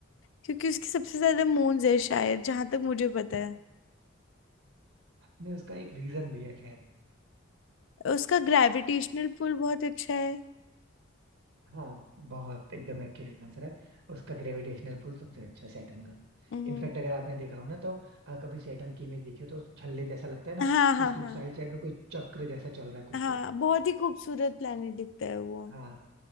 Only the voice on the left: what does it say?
क्योंकि उसकी सबसे ज्यादा मून्स है शायद जहां तक मुझे पता है
उसका ग्रेविटेशनल पुल बहुत अच्छा है
हम्म
हाँ
हाँ
हाँ
हाँ
बहुत ही खूबसूरत प्लेनेट दिखता है वो